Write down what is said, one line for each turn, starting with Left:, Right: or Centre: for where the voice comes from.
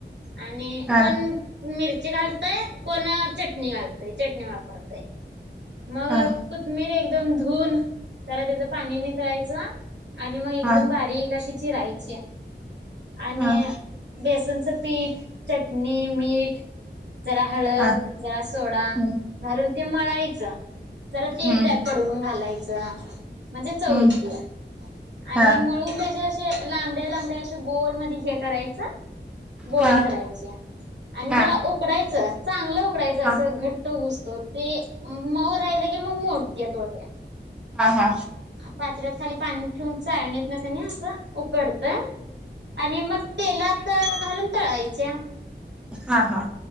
Right: आणि
Centre: हा
Right: कोण मिर <unintelligible> घालतय कोणा चटणी घालत. ते चटणी वापरतेय. मग
Centre: हा
Right: कुथमिर एक एकदम धुून जरा त्याचं पाणी नि कळायचं. आणि मग एकदम
Centre: हा
Right: बारीक अशी चिरायचे आणि
Centre: हा
Right: बेस तुमचं पीठ चटणी मीठ जरा हळद
Centre: हा
Right: जरा सोडा
Centre: हम्म
Right: घरून ते मळायचं जरा तेल
Centre: हम्म
Right: त्यात कडवून घालायचं. जाहा <unintelligible> म्हणजे चव
Centre: हम्म
Right: येतीय आणि
Centre: हा
Right: म्हणून त्याच्या लांबड्या लांबड्या अे गोल मध्ये हे करायचं. गोळ
Centre: हा
Right: करायची आणि
Centre: हा
Right: त्याला उकडायचं. चांगलं पकायचं
Centre: हा
Right: असं घट घसतो ते मऊ राहिलं की मग मोडते थोड्या.
Centre: हा हा.
Right: पाचऱ्यात खाली पाणी ठेऊून चाळणी न क नाही असं उकडतंय आणि मग तेला तर घालून तळायच्या
Centre: हा हा